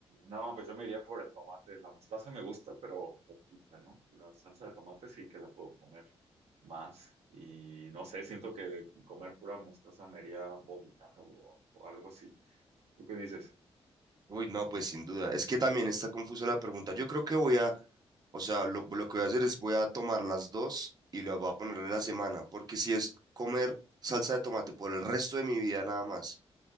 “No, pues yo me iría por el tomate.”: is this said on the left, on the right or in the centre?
Right